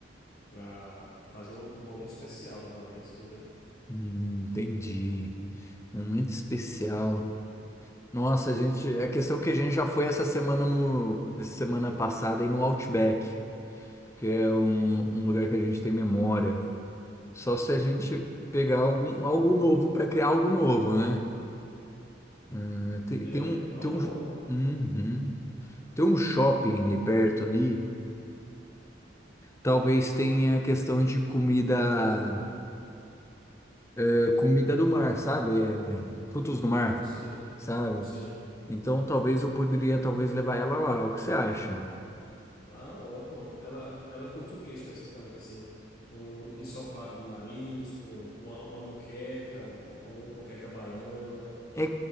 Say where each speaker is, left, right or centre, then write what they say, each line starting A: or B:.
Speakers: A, on the left; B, on the left.
A: para fazer um, um momento especial novamente, entendeu?
B: Hum, entendi. Momento especial. Nossa, a gente, a questão que a gente já foi essa semana no, essa semana passada aí no Outback, que é um, um lugar que a gente tem memória. Só se a gente
A: Sim.
B: pegar algum, algo novo para criar algo novo, né? Hum, tem,
A: É,
B: tem um,
A: é uma
B: tem um,
A: boa.
B: Uhum. Tem um shopping ali perto ali. Talvez tenha a questão de comida, é, comida do mar, sabe? É, frutos do mar,
A: Sim,
B: sabe?
A: sim.
B: Então talvez eu poderia talvez levar ela lá. O que você acha?
A: Ah, ótimo. Ela, ela curte o que especificamente assim? Um ensopado de marisco, uma, uma moqueca, um- uma mo- moqueca baiana.
B: É,